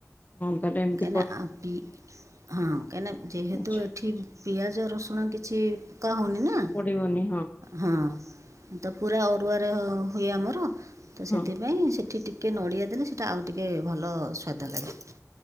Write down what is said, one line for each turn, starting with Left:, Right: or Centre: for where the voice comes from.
Left: ହଁ ତା ଟାଇମ
Right: କଁ ଆଁ ହଁ କାହିଁକନା ଯେହେତୁ
Left: ଆଛା।
Right: ଏଠି ପିଆଜ ରସୁଣ କିଛି ପକା ହଉନି ନା
Left: ପଡିବନି ହଁ
Right: ହଁ ତ ପୁରା ଅରୁଆରେ ଅ ହୁଏ ଆମର। ତ ସେଥିପାଇଁ
Left: ହଁ
Right: ସେଠି ଟିକେ ନଡିଆ ଦେଲେ ସେଟା ଆଉ ଟିକେ ଭଲ ସ୍ଵାଦ ଲାଗେ।